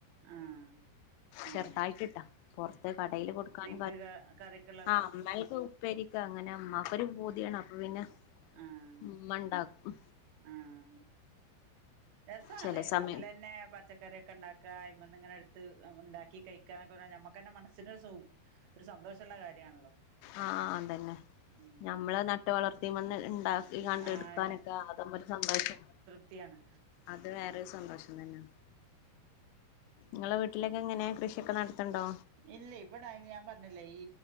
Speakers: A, on the right; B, on the left.
A: ആഹ്
B: ചെറുതായിട്ട്ട്ടാ,
A: ആഹ്
B: പോർത്ത് കടയില് കൊടുക്കാൻ
A: കിഴാ കറിക്ക്ള്ള
B: ആഹ് അമ്മെൽക്ക് ഉപ്പേരിക്ക അങ്ങന മ്മാക്കൊരു പൂതിയാണ് അപ്പൊ പിന്നെ
A: ആഹ്
B: ഉമ്മണ്ടാക്കും.
A: ആഹ്, രസാണ്
B: ചില സമയം
A: വീട്ടിലന്നെ പ ച്ചക്കറിയൊക്കെ ണ്ടാക്കാ അയ്മെന്നിങ്ങനെട്ത്ത് എഹ് ഉണ്ടാക്കി കഴിക്കാക്കെ പറഞ്ഞാ ഞമ്മക്ക്ന്നെ മനസ്സിനൊര് സുഗ് ഒരു സന്തോഷൊള്ള കാര്യാണല്ലോ.
B: ആഹ് ആ അതന്നെ.
A: ഉം
B: ഞമ്മള് നട്ട് വളർത്തിമ്മേന്ന് ഇണ്ടാക്കി കണ്ട്
A: ആഹ്
B: എടുക്കാനൊക്കെ അതാമ്പ ഒരു സന്തോഷം.
A: ട്ടിയാണ്.
B: അത് വേറൊരു സന്തോഷം തന്നെ. ങ്ങളെ വീട്ടിലൊക്കെ എങ്ങനേ കൃഷിയൊക്കെ നടത്ത്ണ്ടോ?
A: ഇല്ല ഇവിടയ്ന് ഞാൻ പറഞ്ഞില്ലേ ഈ